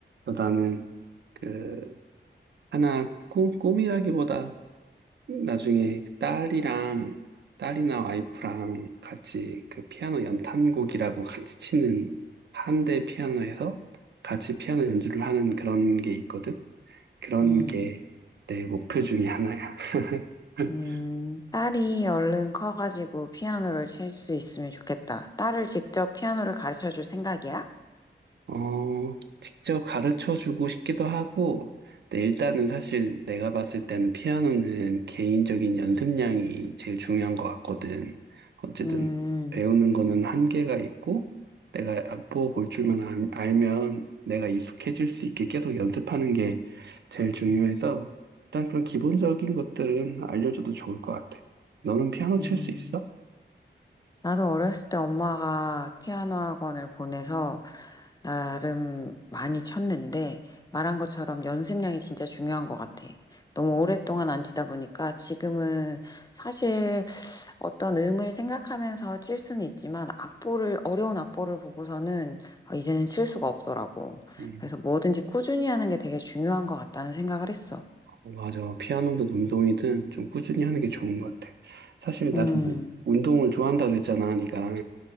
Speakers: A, on the right (about 65°); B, on the left (about 20°).
A: 나는 그 하나 꿈, 꿈이라기보다 나중에 딸이랑 딸이나 와이프랑 같이 그 피아노 연탄곡이라고 같이 치는 한대 피아노에서 같이 피아노 연주를 하는 그런 게 있거든. 그런
B: 음,
A: 게 내 목표 중에 하나야. <laughs>
B: 음, 딸이 얼른 커가지고 피아노를 칠 수 있으면 좋겠다. 딸을 직접 피아노를 가르쳐 줄 생각이야?
A: 어, 직접 가르쳐 주고 싶기도 하고, 근데 일단은 사실 내가 봤을 때는 피아노는 개인적인 연습량이 제일 중요한 것 같거든. 어쨌든
B: 음,
A: 배우는 거는 한계가 있고, 내가 악보 볼 줄만 알- 알면 내가 익숙해질 수 있게 계속 연습하는 게 제일 중요해서, 일단 그런 기본적인 것들은 알려줘도 좋을 것 같아. 너는 피아노
B: 음.
A: 칠 수 있어?
B: 나도 어렸을 때 엄마가 피아노 학원을 보내서 나름 많이 쳤는데 말한 것처럼 연습량이 진짜 중요한 것 같아. 너무 오랫동안 안 치다 보니까 지금은 사실 어떤 음을 생각하면서 칠 수는 있지만 악보를 어려운 악보를 보고서는 아, 이제는 칠 수가 없더라고.
A: 음,
B: 그래서 뭐든지 꾸준히 하는 게 되게 중요한 것 같다는 생각을 했어.
A: 어, 맞아. 피아노든 운동이든 좀 꾸준히 하는 게 좋은 것 같아. 사실 나도
B: 음,
A: 운동을 좋아한다 그랬잖아, 네가.